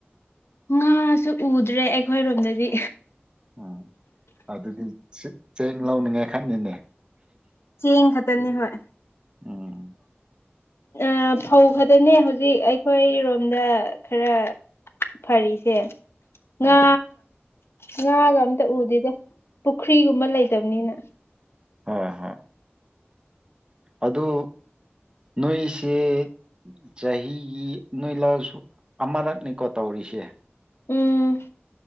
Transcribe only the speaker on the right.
ꯎꯝ ꯑꯗꯨꯗꯤ ꯁꯤꯠ ꯆꯦꯡ ꯂꯧꯅꯤꯡꯉꯥꯏ ꯈꯠꯅꯤꯅꯦ
ꯎꯝ
ꯑꯣ
ꯍꯣ ꯍꯣ ꯑꯗꯨ ꯅꯣꯏꯁꯦ ꯆꯍꯤꯒꯤ ꯅꯣꯏ ꯂꯧꯁꯨ ꯑꯃꯔꯛꯅꯤꯀꯣ ꯇꯧꯔꯤꯁꯦ